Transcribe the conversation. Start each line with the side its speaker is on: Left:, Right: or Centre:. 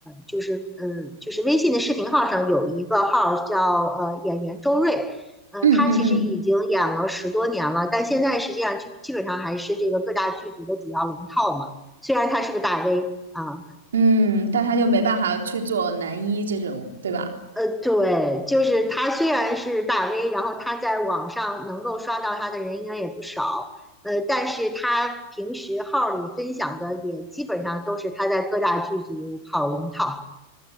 Centre: 就是，嗯，就是微信的视频号上有一个号叫呃演员周瑞，呃，
Right: 嗯嗯嗯
Centre: 他其实已经演了十多年了，但现在实际上基基本上还是这个各大剧组的主要龙套嘛。虽然他是个大 V 啊。
Right: 嗯，但他就没办法去做男一这种，对吧？
Centre: 呃，对，就是他虽然是大 V，然后他在网上能够刷到他的人应该也不少，呃，但是他平时号里分享的也基本上都是他在各大剧组跑龙套。